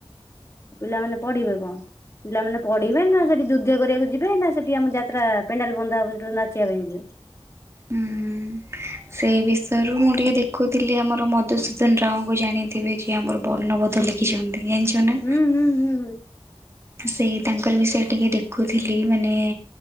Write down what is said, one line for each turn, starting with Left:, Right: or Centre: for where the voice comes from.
Left: ପିଲାମାନେ ପଢିବେ କଣ ପିଲାମାନେ ପଡ଼ିବେ ନା ସେଠି ଯୁଦ୍ଧ କରିବାକୁ ଯିବେ ନା ସେଠୁ ଆମେ ଯାତ୍ରା ପେଣ୍ଡାଲ ବନ୍ଧା ହେବ ସେଠୁ ନାଚିବା ପାଇଁ ଯିବେ।
Right: ହୁଁ। ସେହି ବିଷୟରୁ ମୁଁ ଟିକିଏ ଦେଖୁଥିଲି ଆମର ମଧୁସୂଦନ ରାଓଙ୍କୁ ଜାଣିଥିବେ ଯିଏ ଆମର ବର୍ଣବୋଧ <inaudible> ଉମ
Left: ହୁଁ ହୁଁ ହୁଁ ହୁଁ
Right: ସେଇ ତାଙ୍କରି ବିଷୟରେ ଟିକେ ଦେଖୁଥିଲି ମାନେ